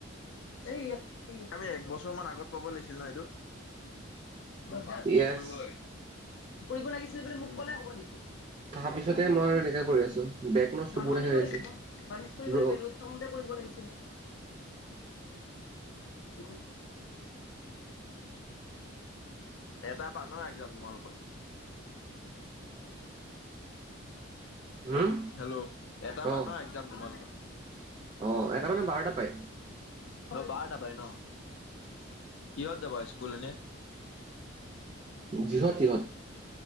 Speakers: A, on the left; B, on the right.
A: এই এ ই আমি এক বছৰ মান আগত পাব লাগিছিল ন এইটো মোক চাৰ্ভিছ
B: য়েছ।
A: কৰিব লাগিছিলে তোকো লাগিছিলে যদি মোক কলেই হ হ নিকি
B: তাৰ পিছতে মই আৰু এনেকে কৰি আছো বেক নচটো
A: মানুহ
B: বহুত আহি
A: আনিব লাগিব
B: আছে
A: বানিজ কৰিব
B: ব্ৰ
A: লাগিব ৰ'দ থাকোতে কৰিব লাগিছিলে দেখোন এটাৰ পৰা ন এক্জাম তোমালোকৰ
B: হুম।
A: হেল্ল' এটা পা
B: অ
A: ন এক্জাম তোমালোকৰ
B: অ এটা মানে বাৰটা পায়
A: আ বাৰ টা পাই ন কিহত যাবা স্কু ইস্কুললে
B: যিহঁত তিহত